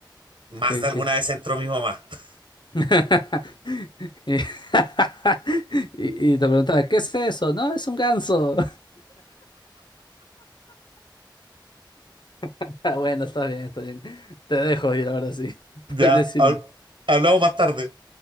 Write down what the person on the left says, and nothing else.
¿qué,
qué?
<laughs> Y, <laughs> y y te preguntaba, ¿qué es eso? No, es un ganso. <laughs> Bueno, está bien, está bien. Te dejo ir ahora sí. <laughs>
Puedes ir
en